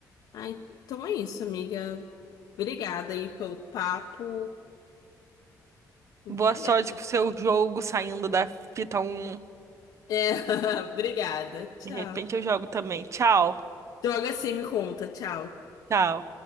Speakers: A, on the left; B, on the right.
A: Ah, então é isso, amiga. Obrigada aí pelo papo. Muito
B: Boa
A: obrigada.
B: sorte com o seu jogo saindo da fita 1.
A: É, <laughs> obrigada. Tchau.
B: De repente eu jogo também. Tchau.
A: Droga, sim, me conta. Tchau.
B: Tchau.